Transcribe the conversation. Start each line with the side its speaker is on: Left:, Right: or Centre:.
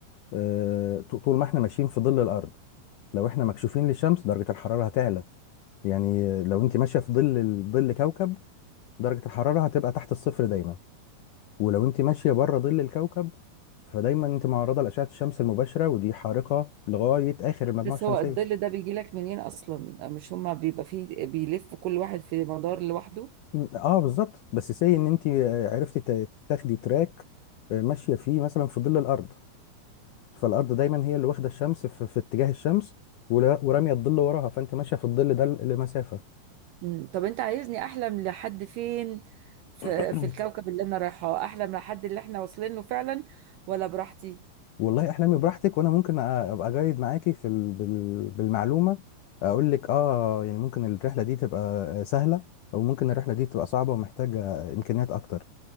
Left: آه، ط- طول ما احنا ماشيين في ظل الأرض لو احنا مكشوفين للشمس درجة الحرارة هتعلى يعني لو انت ماشيه في ظل ال- ظل كوكب درجه الحراره هتبقى تحت الصفر دايما ولو انت ماشيه بره ظل الكوكب فدايما انت معرضه لاشعه الشمس المباشره ودي حارقه لغايه اخر المجموعه
Right: بس
Left: الشمسيه
Right: هو الظل ده بيجي لك منين أصلا مش هما بيبقى فيه بيلف كل واحد في مدار لوحده
Left: م- اه بالظبط بس سي ان انت عرفتي تا- تاخدي تراك آه، ماشيه فيه مثلا في ظل الارض فالارض دايما هي اللي واخده الشمس في, في اتجاه الشمس ولا- وراميه الظل وراها فانت ماشيه في الظل ده ل- لمسافه
Right: مم. طب أنت عايزني أحلم لحد فين في,
Left: <clears throat>
Right: في الكوكب اللي أنا رايحاه أحلم لحد اللي إحنا واصلين له فعلا ولا براحتي
Left: والله احلامي براحتك وانا ممكن أ- ابقى جايد معاكي في ال... بال... بالمعلومه اقول لك اه يعني ممكن الرحله دي تبقى آه، سهله او ممكن الرحله دي تبقى صعبه ومحتاجه امكانيات اكتر